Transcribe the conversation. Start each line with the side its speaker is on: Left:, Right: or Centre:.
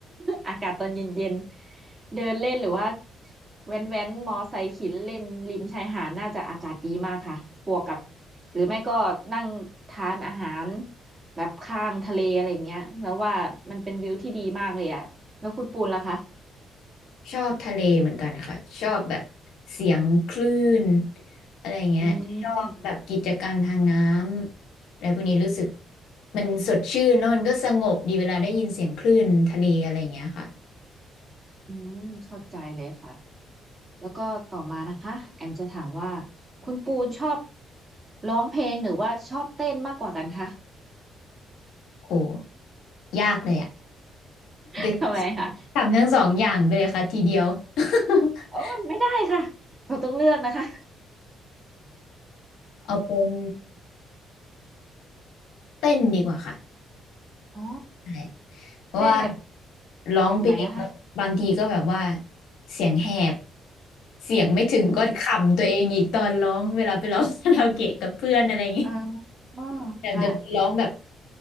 Right: <laughs> อากาศตอนเย็นๆเดินเล่นหรือว่าแว้นแว้นมอไซค์ขี่เล่นริมชายหาดน่าจะอากาศดีมากค่ะบวกกับหรือไม่ก็นั่งทานอาหารแบบข้างทะเลอะไรอย่างเงี้ยแล้วว่ามันเป็นวิวที่ดีมากเลยอ่ะ แล้วคุณปูนล่ะคะ
Left: ชอบทะเลเหมือนกันค่ะชอบแบบเสียงคลื่นอะไรเงี้ย
Right: อืม
Left: แบบกิจกรรมทางน้ำอะไรพวกนี้รู้สึกมันสดชื่นแล้วมันก็สงบดีเวลาได้ยินเสียงคลื่นทะเลอะไรอย่างเงี้ยค่ะ
Right: อืมเข้าใจเลยค่ะ แล้วก็ต่อมานะคะแอมจะถามว่าคุณปูนชอบร้องเพลงหรือว่าชอบเต้นมากกว่ากันคะ
Left: โอ้ยากเลยอ่ะ
Right: <laughs>
Left: ก็
Right: ทำไมคะ
Left: ทำทั้งสองอย่างไปเลยค่ะทีเดียว <laughs>
Right: โอ้ยไม่ได้ค่ะเราต้องเลือกนะคะ
Left: เอาเป็นเต้นดีกว่าค่ะ
Right: <laughs> อ๋อ
Left: ใช่ เพราะว่า
Right: เต้นแบบ
Left: ร้องเพลง
Right: แบบไหนอะคะ
Left: บางทีก็แบบว่าเสียงแหบเสียงไม่ถึงก็ขำตัวเองอีกตอนร้องเวลาไปร้องคาราโอเกะกับเพื่อนอะไรอย่างงี้
Right: อืมอ่าอ๋อ
Left: แบบจะไปร้องแบบ
Right: ค่ะ